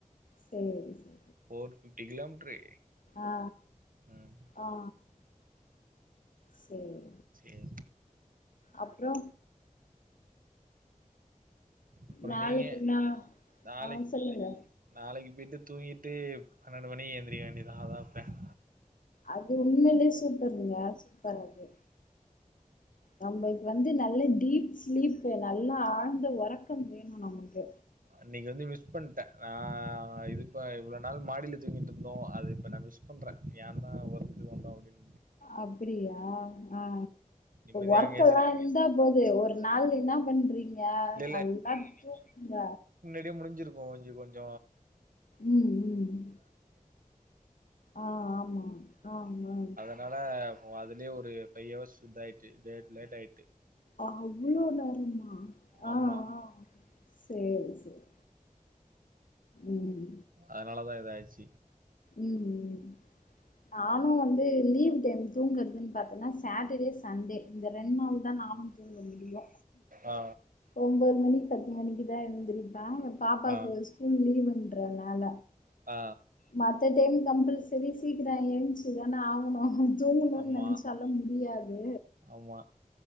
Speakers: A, on the left; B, on the right.
A: சேரி சே
B: போர் பிஃப்டி கிலோமீட்ரு
A: ஆ
B: ம்
A: ஆ அ சேரி
B: சேரி
A: அப்புறொ
B: அப்றோ
A: நாளைக்கு
B: நீங்க
A: நா
B: நாளைக்
A: ஆ சொல்லுங்க
B: நாளைக்கு போயிட்டு தூங்கிட்டு பன்னெண்டு மணிக்கு எந்திரிக்க வேண்டியதா அதா ப்ளான்
A: அது உண்மையிலயே சூப்பருங்க சூப்பர் அது நம்மளுக்கு வந்து நல்ல டீப் ஸ்லீப்பு நல்லா ஆழ்ந்த ஒறக்கம் வேணும் நமக்கு
B: அன்னைக்கு வந்து மிஸ் பண்ட்டே நா இதுப்ப இவ்ள நாள் மாடியில தூங்கிட்டு இருந்தோ அது இப்ப நா மிஸ் பண்றே ஏ தா ஒர்க் வந்தோ அப்படின்
A: அப்படியா ஆ ஆ
B: நிம்மதியா
A: ஒர்க்கல்லா
B: அங்கயாச்சு
A: இருந்தா போது ஒரு நாள் என்ன பண்றீங்க
B: இல்ல
A: நல்லா தூங்குங்க
B: அப்டியே முடிஞ்சிருக்கும் கொஞ்ச கொஞ்ச
A: ம் உம் ஆ ஆமா ஆமா
B: அதனால இப்போ அதுலய ஒரு ஃபைவ் ஹவர்ஸ் இத ஆகிட்டு லேட் லேட் ஆகிட்டு
A: அவ்ளோ நேரமா ஆ
B: ஆமா
A: ஆ சேரி சேரி ம்
B: அதனாலதா இத ஆய்ச்சு
A: ம்ம் நானும் வந்து லீவ் டைம் தூங்குறதுன்னு பாத்தேன்னா சேட்டர்டே சண்டே இந்த ரெண்டு நாள் தான் நானு தூங்க முடியு
B: ஆ
A: ஒன்போது மணி பத்து மணிக்கு தா எந்திருப்பே என் பாப்பாக்கு
B: ஆ
A: ஸ்கூல் லீவுன்றனால
B: ஆ
A: மத்த டைம் கம்பல்சரி சீக்கிரம் ஏன்ச்சிதானே ஆகணு தூங்கணும்னு
B: ஆமா
A: நெனைச்சாலு முடியாது
B: ஆமா